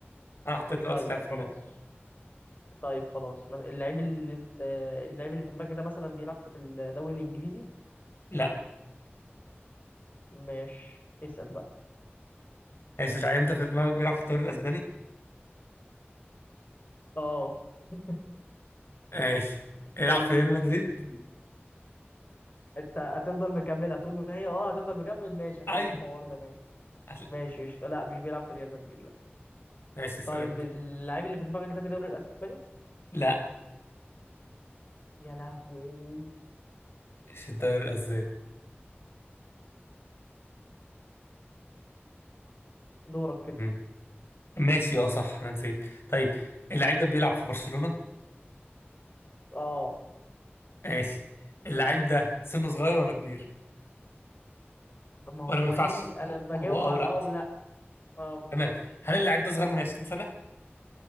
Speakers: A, on the left (about 70°); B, on the left (about 45°).
A: انا حطيت دلوقتي
B: طيب
A: لاعب في
B: خلاص
A: دماغي
B: طيب خلاص ما- اللعيب اللي انت- اللعيب اللي في دماغك ده مثلا بيلعب في الدوري الانجليزي
A: لا
B: ماشي اسال بقى
A: ماشي لا انت في دماغك بيلعب في الدوري الاسباني
B: اه <laughs>
A: ماشي يلعب
B: طيب
A: في ريال
B: ال...
A: مدريد
B: انت هتفضل مكملها طول ما هي اه هتفضل مكمل ماشي حلو
A: ايوه
B: الحوار ده ماشي
A: هتل-
B: ماشي قشطة لا مش بيلعب في ريال مدريد لا
A: ماشي اسال
B: طيب
A: انت
B: اللعيب اللي في دماغك ده في الدوري الاسباني
A: لا
B: يا لهوي
A: مش الدوري الاسباني
B: دورك كده
A: مم. ماشي اه صح انا نسيت طيب اللعيب ده بيلعب في برشلونة
B: اه
A: ماشي اللعيب ده سنه صغير ولا كبير
B: ما هو
A: ولا ما ينفعش
B: دي انا
A: هو
B: بجاوب
A: هو او
B: على
A: لا
B: اه ولا اه بالظبط
A: تمام هل اللاعب ده صغير من 20 سنة